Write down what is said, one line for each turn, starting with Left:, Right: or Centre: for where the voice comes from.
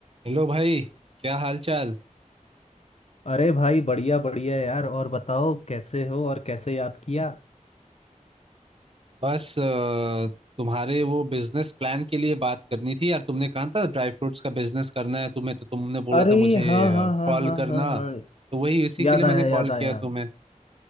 Right: Hello भाई क्या हाल चाल
Left: अरे भाई बढ़िया बढ़िया यार और बताओ कैसे हो और कैसे याद किया
Right: बस अ, तुम्हारे वो बिजनेस प्लान के लिए बात करनी थी यार तुमने कहा था ड्राई फ्रूट्स का बिजनेस करना है तुम्हें तो तुमने बोला
Left: अरे
Right: था मुझे
Left: हाँ हाँ हाँ
Right: कॉल
Left: हाँ
Right: करना
Left: हाँ हाँ
Right: तो वही इसी
Left: याद
Right: के लिए
Left: आया
Right: मैंने कॉल
Left: याद आया
Right: किया तुम्हें